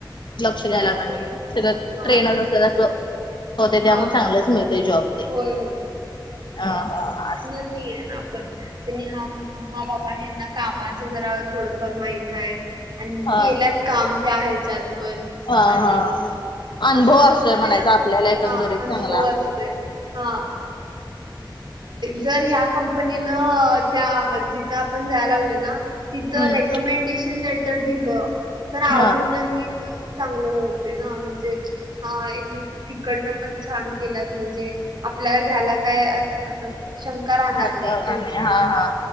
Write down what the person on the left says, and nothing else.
लक्ष द्याय लाग
ट्रेनच असेल असं. होते त्यामुळे
चांगलंच मिळतय जॉब तेन
हा हा असं.
हा.
हा
हा अनुभव
असतोय
म्हणायचा
आपल्याला. एकंदरीत
चांगला.
हम्म
हा
हा
हा हा.